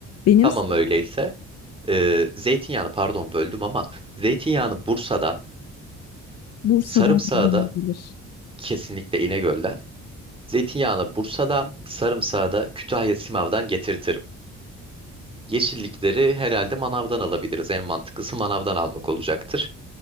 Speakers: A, on the left; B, on the right.
A: Benim
B: Tamam
A: size-
B: öyleyse. E, zeytinyağını pardon böldüm ama zeytinyağını Bursa'dan,
A: Bursa'dan
B: sarımsağı
A: güzel
B: da
A: gelir.
B: kesinlikle İnegöl'den. Zeytinyağını Bursa'dan, sarımsağı da Kütahya Simav'dan getirtirim. Yeşillikleri herhalde manavdan alabiliriz. En mantıklısı manavdan almak olacaktır.